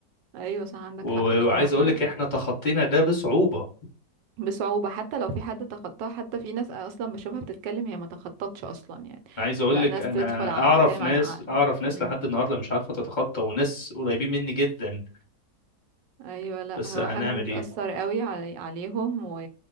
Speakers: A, on the right; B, on the left.
A: ايوه صح عندك
B: و-
A: حق بصراحه
B: وعايز اقول لك
A: يعني
B: احنا تخطينا ده بصعوبة
A: بصعوبه حتى لو في حد تخطاها حتى في ناس اصلا بشوفها بتتكلم هي ما تخططش اصلا يعني
B: عايز اقول
A: لا
B: لك
A: ناس
B: انا
A: بتدخل ع...
B: اعرف
A: بتتكلم
B: ناس
A: عن عقد
B: اعرف ناس
A: مم.
B: لحد النهارده مش عارفه تتخطى وناس قريبين مني جدا
A: ايوه لا
B: بس
A: هو
B: هنعمل
A: حاجه بتاثر
B: ايه
A: قوي علي عليهم و...